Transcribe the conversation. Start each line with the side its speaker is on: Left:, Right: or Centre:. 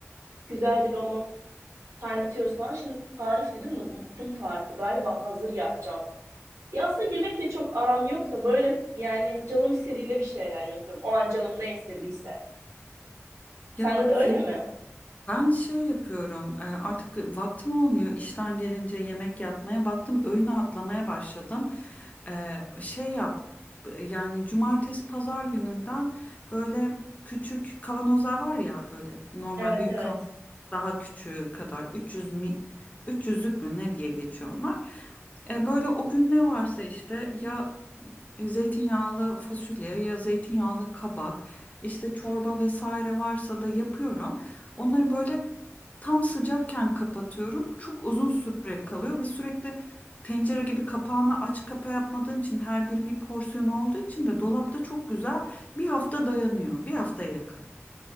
Right: Güzelce bir onun kaynatıyoruz falan. Şimdi tarif dedim de unuttum tarifi. Galiba hazır yapacağım. Ya aslında yemekle çok aram yok da böyle yani canım istediğinde bir şeyler yapıyorum. O an canım ne istediyse. Sende
Left: Ya
Right: de öyle
Left: Firuze,
Right: mi?
Left: ben şey yapıyorum e, artık vaktim olmuyor işten gelince yemek yapmaya baktım öğün atlamaya başladım. E, şey yap yani cumartesi pazar gününden böyle küçük kavanozlar var ya böyle normal
Right: Evet
Left: büyük
Right: evet.
Left: kavanozlar. daha küçüğü kadar 300 mi 300'lük mü ne diye geçiyor onlar. E, böyle o gün ne varsa işte ya zeytinyağlı fasulye ya zeytinyağlı kabak işte çorba vesaire varsa da yapıyorum. Onları böyle tam sıcakken kapatıyorum. Çok uzun süre kalıyor ve sürekli tencere gibi kapağını aç kapa yapmadığın için her biri bir porsiyon olduğu için de dolapta çok güzel bir hafta dayanıyor. Bir haftaya yakın.